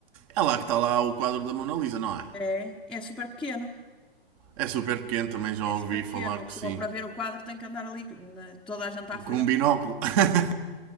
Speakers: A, on the right; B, in the centre.
A: É lá que está lá o quadro da Mona Lisa, não é?
B: É, é super pequeno.
A: É super pequeno, também já
B: É
A: ouvi
B: super
A: falar
B: pequeno. Uma
A: que
B: pessoa
A: sim.
B: para ver o quadro tem que andar ali, né, toda a gente à frente.
A: Com um binóculo. <laughs>